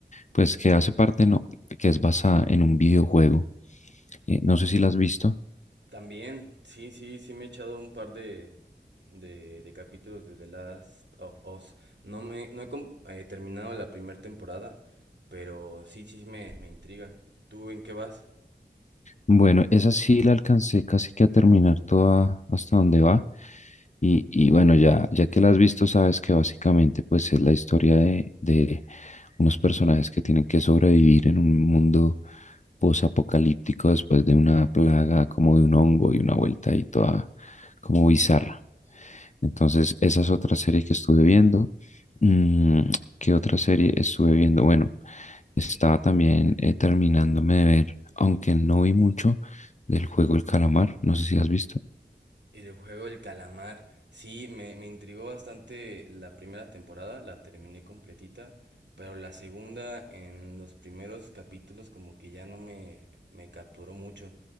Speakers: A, on the left; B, on the right.
A: pues que hace parte, no, que es basada en un videojuego. Eh, no sé si la has visto.
B: También, sí, sí, sí me he echado un par de, de, de capítulos de The Last of Us. No me, no he com- eh, terminado la primera temporada, pero sí, sí me, me intriga. ¿Tú en qué vas?
A: Bueno, esa sí la alcancé casi que a terminar toda hasta donde va. Y, y bueno, ya, ya que la has visto, sabes que básicamente pues es la historia de, de unos personajes que tienen que sobrevivir en un mundo posapocalíptico después de una plaga como de un hongo y una vuelta ahí toda como bizarra. Entonces, esa es otra serie que estuve viendo. Mm, ¿qué otra serie estuve viendo? Bueno, estaba también eh, terminándome de ver aunque no vi mucho del juego El Calamar, no sé si has visto.
B: Y del juego El Calamar. Sí, me, me intrigó bastante la primera temporada, la terminé completita, pero la segunda en los primeros capítulos como que ya no me, me capturó mucho.